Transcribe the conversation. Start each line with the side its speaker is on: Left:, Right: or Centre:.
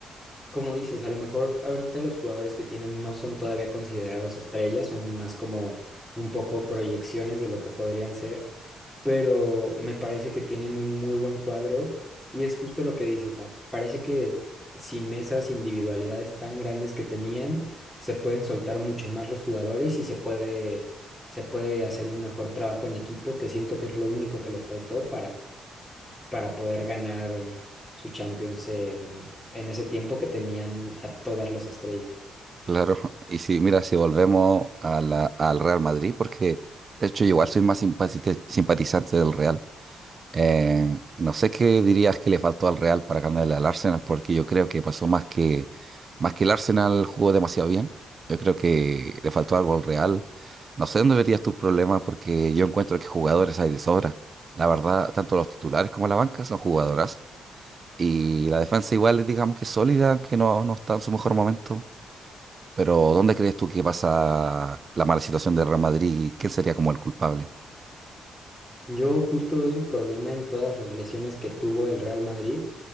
Centre: como dices, a lo mejor ahorita los jugadores que tienen no son todavía considerados estrellas, son más como un poco proyecciones de lo que podrían ser, pero me parece que tienen un muy buen cuadro y es justo lo que dices, a- parece que sin esas individualidades tan grandes que tenían, se pueden soltar mucho más los jugadores y se puede, se puede hacer un mejor trabajo en equipo, que siento que es lo único que les faltó para poder ganar su Champions en, en ese tiempo que tenían a todas las estrellas.
Right: Claro. <laughs> Y si, mira, si volvemos a la- al Real Madrid, porque de hecho yo igual soy más simpatite- simpatizante del Real. Eh, no sé qué dirías que le faltó al Real para ganarle al Arsenal, porque yo creo que pasó más que, más que el Arsenal jugó demasiado bien. Yo creo que le faltó algo al Real. No sé dónde verías tu problema, porque yo encuentro que jugadores hay de sobra. La verdad, tanto los titulares como la banca son jugadoras. Y la defensa igual, digamos que es sólida, aunque no, no está en su mejor momento. Pero ¿dónde crees tú que pasa la mala situación del Real Madrid? ¿Quién sería como el culpable?
Centre: Yo justo veo su problema en todas las lesiones que tuvo el Real Madrid